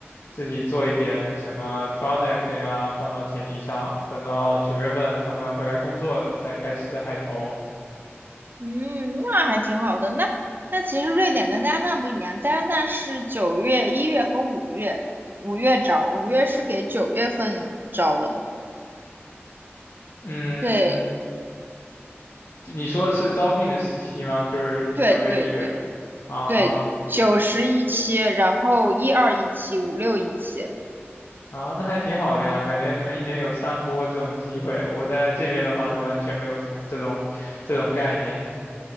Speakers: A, on the left (about 70°); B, on the right (about 50°).
A: 自己做一点什么 project 呀，放到简历上，等到九月份他们回来工作了，再开始海投。
B: 嗯，那还挺好的。那那其实瑞典跟加拿大不一样，加拿大是九月、一月和五月，五月招，五月是给九月份招的。
A: 嗯，
B: 对
A: 你说的是招聘的时期吗？就是九月、
B: 对对对，
A: 一月、五月啊。
B: 对，九十一期，然后一二一期，五六一期。
A: 啊，那还挺好的呀，感觉你们一年有三波这种机会，我在这边的话就完全没有什么这种这种概念。